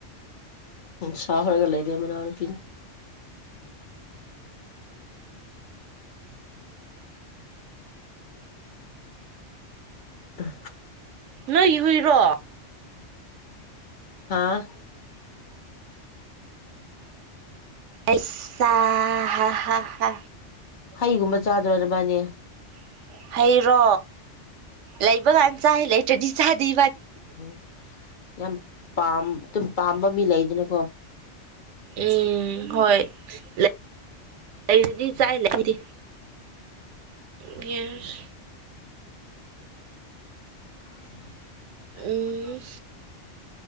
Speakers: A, on the left; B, on the right.
A: ꯁ ꯍꯔꯒ ꯂꯩꯗꯦ ꯃꯅ ꯄ ꯑ
B: ꯅꯣꯏ ꯍꯨꯏꯔꯣ
A: ꯑ
B: ꯑꯁ ꯍ ꯍ ꯍ
A: ꯍꯩꯒꯨꯝꯕ ꯆꯥꯗ꯭ꯔꯣ ꯅꯕꯟꯅꯤ
B: ꯑꯣ ꯍꯩꯔꯣ ꯂꯩꯕ ꯀꯥꯟ ꯆꯥꯏꯦ ꯂꯩꯇ꯭ꯔꯗꯤ ꯆꯥꯗꯤ
A: ꯎꯝ ꯌꯥꯝ ꯄꯥꯝ ꯑꯗꯨꯝ ꯄꯥꯝꯕ ꯃꯤ ꯂꯩ ꯑꯗꯨꯅꯀꯣ
B: ꯎꯝ ꯍꯣꯏ ꯂꯩꯔꯗꯤ ꯆꯥꯏ ꯂꯩꯗꯤ ꯕꯤꯍꯔ
A: ꯇꯥꯕꯥ ꯉꯝꯗꯔꯦ
B: ꯎꯝ
A: <inaudible>